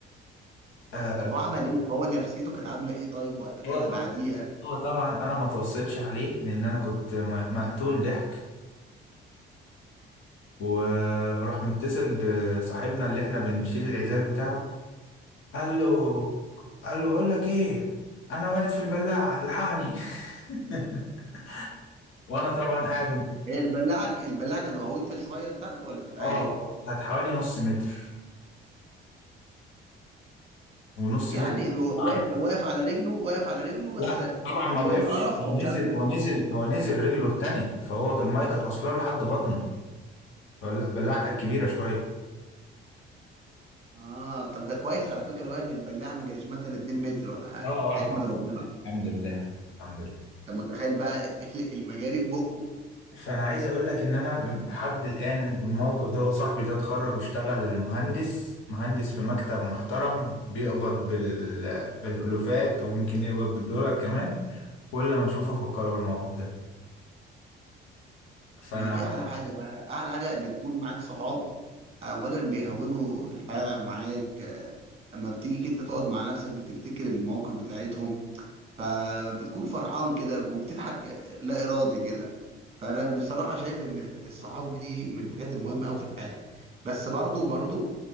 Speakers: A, on the left (about 80°); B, on the right (about 30°).
A: آه
B: طب طب هو عمل إيه؟ طب هو نفسيته كانت عاملة إيه طيب وقتها
A: هو طبعا
B: بعديها؟
A: هو طبعا انا ما توصيتش عليه لان انا كنت م- مقتول ضحك وراح متصل بصاحبنا اللي احنا بنشيل العزال بتاعه قال له قال له بقول لك ايه انا وقعت في البلاعه الحقني <laughs> وانا طبعا قاعد
B: هي البلاعة ك- البلاعة كانت غويطة شوية لتحت ولا كانت عادي؟
A: اه كانت كانت حوالي نص متر ونص
B: يعني
A: متر
B: و-
A: طبعا
B: واقف واقف على رجله واقف على رجله بس
A: لا طبعا ما
B: من
A: وقفش
B: القرف
A: هو
B: هو مش
A: نزل
B: عارف يطلع.
A: هو نزل هو نزل رجله اتنت فهو كان المايه كانت واصله له لحد بطنه البلاعه كانت كبيره شويه
B: آه طب ده كويس على فكرة بقى إن البلاعة ما كانش مثلا 2 متر ولا حاجة،
A: اه
B: ده
A: اه الحمد
B: يحمد ربنا.
A: لله الحمد لله الحمد لله
B: أنت متخيل بقى ال- ال- المجاري في بقه؟
A: فانا عايز اقول لك ان انا لحد الان الموقف ده هو صاحبي ده اتخرج واشتغل مهندس مهندس في مكتب محترم بيقبض بال... بالالوفات ويمكن يقبض بالدولار كمان كل ما اشوفه افكره بالموقف ده فانا
B: ما دي أعلى حاجة بقى، أعلى حاجة إنك تكون معاك صحاب أولا بيهونوا الحياة معاك آه، أما بتيجي كده تقعد مع نفسك بتفتكر المواقف بتاعتهم فبتكون فرحان كده وبتضحك لا إرادي كده فأنا بصراحة شايف إن الصحاب دي من الحاجات المهمة أوي في الحياة بس برضو برضو